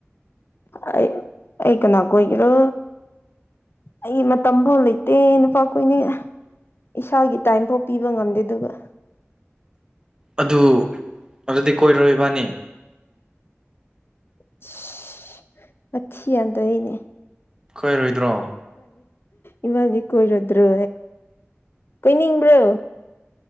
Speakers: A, on the left; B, on the right.
A: ꯑꯩ ꯑꯩ ꯀꯅꯥ ꯀꯣꯏꯒꯦꯔꯣ ꯑꯩ ꯃꯇꯝ ꯕꯧ ꯂꯩꯇꯦ ꯅꯨꯄꯥ ꯑꯈꯣꯏꯅꯤꯡ ꯏꯁꯥꯒꯤ ꯇꯥꯏꯝꯐꯥꯎ ꯄꯤꯕ ꯉꯝꯗꯦ ꯑꯗꯨꯒ
B: ꯑꯗꯨ ꯑꯗꯨꯗꯤ ꯀꯣꯏꯔꯣꯏ ꯏꯕꯅꯤ
A: ꯏꯁ ꯋꯥꯊꯤ ꯌꯥꯝ ꯇꯧꯏꯅꯦ
B: ꯀꯣꯏꯔꯣꯏꯗ꯭ꯔꯣ
A: ꯏꯃꯥꯗꯤ ꯀꯣꯏꯔꯗ꯭ꯔꯣ ꯀꯣꯏꯅꯤꯡꯕ꯭ꯔꯣ